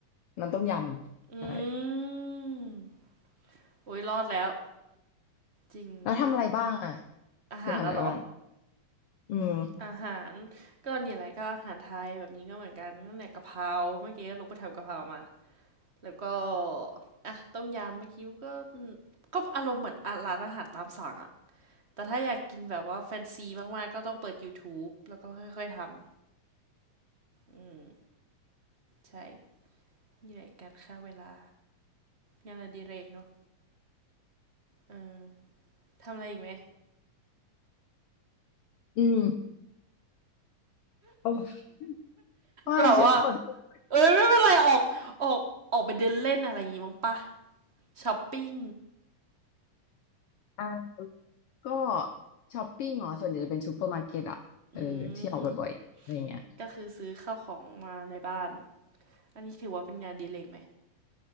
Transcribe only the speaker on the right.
อืมโอ้ยรอดแล้วจริงมัน
อาหารอะเหรอ
อาหาร ก็นี่แหละก็อาหารไทยแบบนี้ก็เหมือนกันนั่นแหละกะเพราเมื่อกี้ลุกไปทำกะเพรามา แล้วก็ อ่ะต้มยำเมื่อกี้ก็ ก็อารมณ์เหมือนอร้านอาหารตามสั่งอะแต่ถ้าอยากกินแบบว่าแฟนซีมากๆก็ต้องเปิด YouTube แล้วก็ค่อยๆทำอืมใช่นี่แหละการฆ่าเวลางานอดิเรกเนาะ เออทำอะไรอีกไหม
แบบว่าเอ้ยไม่เป็นไรออกออกออกไปเดินเล่นอะไรอย่างงี้มั้งปะช้อปปิ้ง
อืมก็คือซื้อข้าวของมาในบ้านอันนี้ถือว่าเป็นงานอดีเลกไหม